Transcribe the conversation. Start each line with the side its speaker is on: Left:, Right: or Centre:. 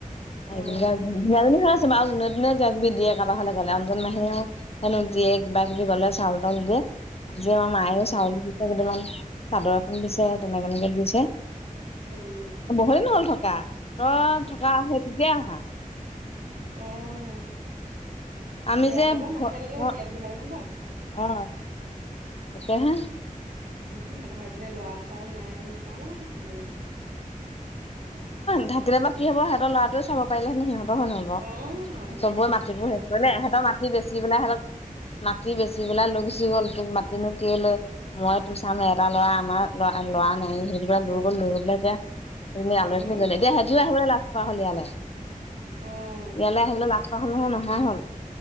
Left: আহ
Right: অ',
Left: গ যোনে যোনে কিবা কিবি দিয়ে কাৰোবাৰ ঘৰলে গলে। আনজন মাহেও হেনো দিয়ে কিবা কিবি গলে চাউল তাউল দিয়ে আজি আমাৰ মায়েও
Right: অ',
Left: চাউল দিছে কেইটামান চাদৰ এখন দিছে তেনেকেনেকে দিছে
Right: উম,
Left: বহু দিন হল থকা তই থকা আহে তেতিয়া আহা
Right: উম
Left: আমি
Right: বেয়া
Left: যে
Right: লাগে বা মাহী এক উলিয়াই
Left: অ
Right: দিব লাগে ন বু
Left: অ তাকেহে
Right: উম সিহঁতৰ হয় পিনে ল'ৰা ছৰাও নাই কাৰ লগত থাকিব নো সিহঁতে।
Left: নাথাকিলে বা কি হ'ব সিহঁতৰ লৰাৱে চাব পাৰিলেহেতেন সিহঁত নহব
Right: অ', মাধৱে
Left: চবৰে
Right: অ',
Left: মাটিবোৰ
Right: ল'ৰাটোৱে
Left: শেষ
Right: চাব
Left: কৰিলে
Right: পাৰে
Left: ইহঁতৰ
Right: নহয়।
Left: মাটি বেচি পেলাই সহঁতক মাটতি বেচি পেলাই লৈ গুচি গ'ল তোক মাতিিনো কলে মই তোক চাম এটা ল'ৰা আমাৰ লৰা লৰা নাই হেৰি ল গ'ল লৈ গ পলে এতিয়া স
Right: উম,
Left: আলোহচনী গ'লে এতিয়া সেঁতিও আহিব লাষ্টপা হলিয়ালে
Right: অ',
Left: ইয়ালৈ আহিবলৈ লাজ পোৱা হ'ল নহয় নহয় হল